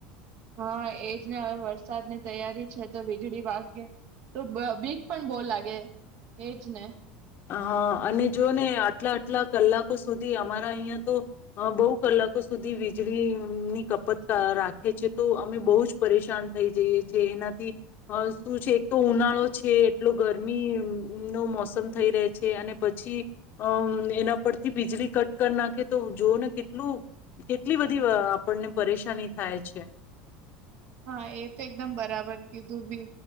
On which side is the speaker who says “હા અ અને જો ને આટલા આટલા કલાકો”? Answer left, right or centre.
Left